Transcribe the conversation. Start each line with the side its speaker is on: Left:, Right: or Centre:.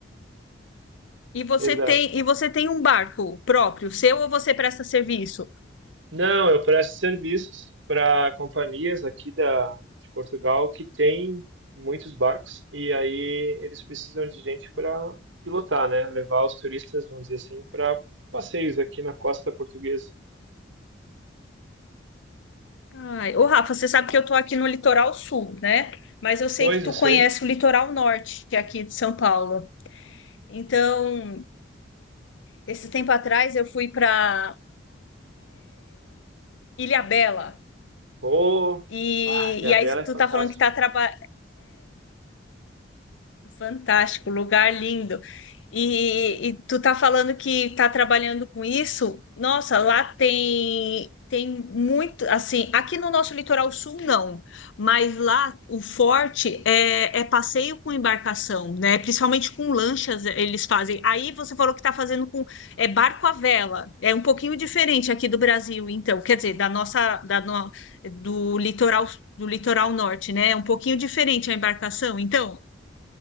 Left: E você
Right: Exato.
Left: tem, e você tem um barco próprio, seu ou você presta serviço?
Right: Não, eu presto serviços para companhias aqui da, de Portugal que têm muitos barcos e aí eles precisam de gente para pilotar, né? Levar os turistas, vamos dizer assim, para passeios aqui na costa portuguesa.
Left: Ai, ô Rafa, você sabe que eu tô aqui no litoral sul, né? Mas eu sei
Right: Pois
Left: que tu
Right: eu sei.
Left: conhece o litoral norte aqui de São Paulo. Então, esse tempo atrás eu fui para Ilhabela
Right: Pô,
Left: e,
Right: ah, Ilhabela
Left: e aí
Right: é
Left: tu
Right: fantástica.
Left: tá falando que tá trabalhando Fantástico, lugar lindo. E, e tu tá falando que tá trabalhando com isso? Nossa, lá tem tem muito, assim, aqui no nosso litoral sul não, mas lá o forte é, é passeio com embarcação, né? Principalmente com lanchas eles fazem. Aí você falou que tá fazendo com é barco à vela. É um pouquinho diferente aqui do Brasil, então, quer dizer, da nossa da no- do litoral do litoral norte, né? É um pouquinho diferente a embarcação, então.